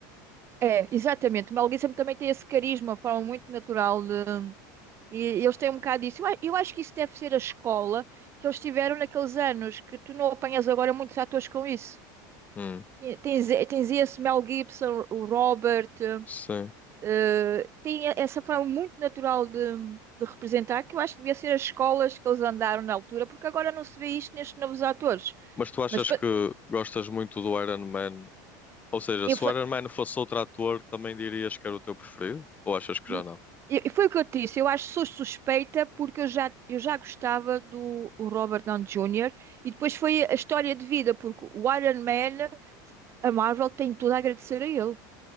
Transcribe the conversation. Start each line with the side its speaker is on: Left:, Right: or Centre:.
Right: É, exatamente. O Mel Gibson também tem esse carisma, uma forma muito natural de. E eles têm um bocado disso. Eu, a- eu acho que isso deve ser a escola que eles tiveram naqueles anos, que tu não apanhas agora muitos atores com isso.
Left: Hum,
Right: E Tens, tens esse Mel Gibson, o Robert.
Left: sim.
Right: Eh, tem a- essa forma muito natural de, de representar, que eu acho que devia ser as escolas que eles andaram na altura, porque agora não se vê isto nestes novos atores.
Left: Mas tu achas
Right: Mas pa-
Left: que gostas muito do Iron Man? Ou seja,
Right: eu,
Left: se
Right: fa-
Left: o Iron Man fosse outro ator, também dirias que era o teu preferido? Ou achas que já
Right: n-
Left: não?
Right: eu- foi o que eu te disse, eu acho que sou suspeita porque eu já, eu já gostava do o Robert Downey Jr. e depois foi a história de vida, porque o Iron Man, a Marvel tem tudo a agradecer a ele.